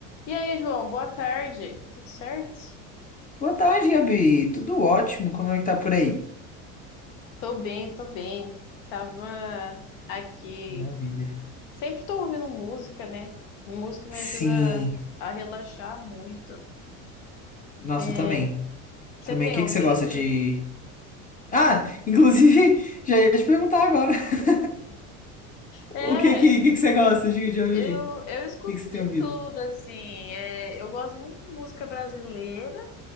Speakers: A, on the left; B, on the left.
A: E aí, João, boa tarde. Tudo certo?
B: Boa tarde, Gabi. Tudo ótimo? Como é que tá por aí?
A: Tô bem, tô bem. Tava aqui.
B: Maravilha.
A: Sempre tô ouvindo música, né? Música me
B: Sim.
A: ajuda a relaxar muito.
B: Nossa,
A: É,
B: eu também.
A: Você
B: Também.
A: tem
B: O que
A: ouvido?
B: que você gosta de. Ah, inclusive, <laughs> já ia te perguntar agora. <laughs>
A: É,
B: O que que, que que você gosta de, de ouvir?
A: eu, eu escuto
B: O que que você
A: de
B: tem ouvido?
A: tudo, assim. É, eu gosto muito de música brasileira.